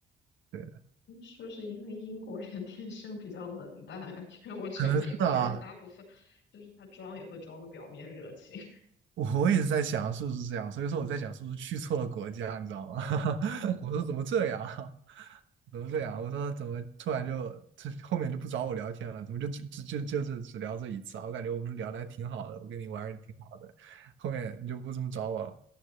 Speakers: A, on the right; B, on the left.
A: 对的，
B: 你是不是因为英国人 <laughs> 天生比较冷淡啊？<laughs> 因为我觉得美国人大部分就是他装也会装的表面热情。
A: 可能是啊，我也是在想是不是这样，所以说我在想是不是去错了国家，你知道吗？<laughs>
B: <laughs>
A: 我说怎么这样，<laughs> 怎么这样？我说怎么突然就这后面就不找我聊天了，怎么就只只就就是只聊这一次啊？我感觉我们聊的还挺好的，我跟你玩的挺好的，后面你就不怎么找我了。